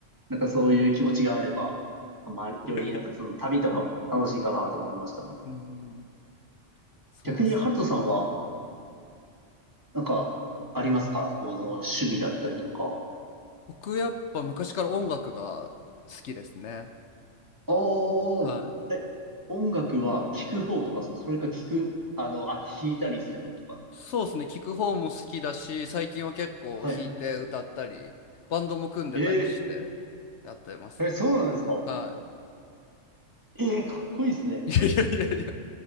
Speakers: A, on the right; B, on the left.
A: なんかそういう気持ちがあれば、まあ、
B: いやいやいや。
A: よりなんかその旅とかも楽しいかなと思いましたもん。
B: うん。そうですね。
A: 逆に、ハルトさんは、なんか、
B: ぼ
A: ありますかこの趣味だったりとか。
B: 僕やっぱ昔から音楽が好きですね。
A: おー、
B: はい。
A: え、音楽は聴く方とかですかそれか聴く、あの、あ、弾いたりするとか。
B: そうですね。聞く方も好きだし、最近は結構弾いて歌ったり、
A: はい。
B: バンドも組んでたりして
A: え
B: やってますね。
A: ー、え、そうなんですか
B: は
A: えー、かっこいいですね。
B: い。いやいやいやいや、